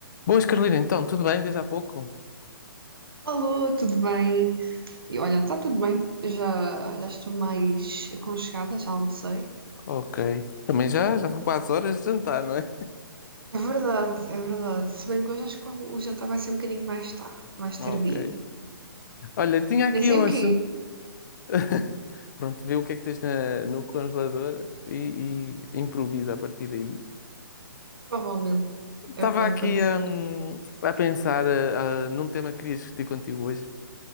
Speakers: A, on the left (about 50°); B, on the right (about 75°).
A: Boas, Carolina, então, tudo bem desde há pouco?
B: Alô, tudo bem? E olha, está tudo bem, já, já estou mais aconchegada, já almocei.
A: Ok. Também já, já são quase horas de jantar, não é?
B: É verdade, é verdade. Se bem que hoje acho que o jantar vai ser um bocadinho mais tarde, mais
A: Ok.
B: tardio.
A: Olha, tinha aqui
B: Nem sei
A: um
B: o
A: assunto.
B: quê,
A: <laughs> Pronto, vê o que é que tens na- no congelador e, e improvisa a partir daí.
B: provavelmente
A: Estava
B: é o que vai
A: aqui
B: acontecer.
A: hum, a pensar ah, ah, num tema que queria discutir contigo hoje.